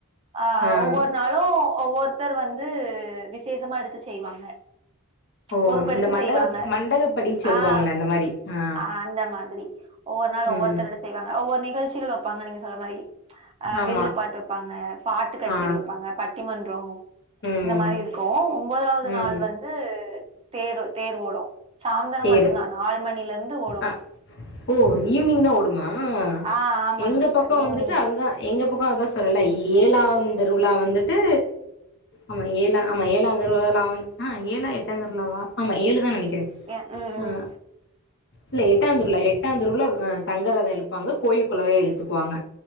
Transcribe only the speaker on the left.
ஆ
ஓ
இந்த மண்டக
மண்டகப்படி சொல்லுவாங்கள
அந்த மாரி ஆ
ம்
ஆமா
ஆ
ம்
ம்
தேரு
அ ஓ ஈவ்னிங் தா ஓடுமா ஆஹ்
எங்க
பக்கோ
வந்துட்டு அது தா எங்க பக் வந்து சொல்லல ஏழாம் திருவிழா வந்துட்டு ஆமா ஏழா ஆமா ஏழாம் திருவிழா நா வந் ஆஹ் ஏழா எட்டானு திருவிழாவா ஆமா ஏழு தா நெனைக்
அ இல்ல எட்டாம் திருவிழா எட்டா திருவிழா அ தங்கரதோ இழுப்பாங்க கோயிலுக்குள்ளவே இழுத்துக்குவாங்க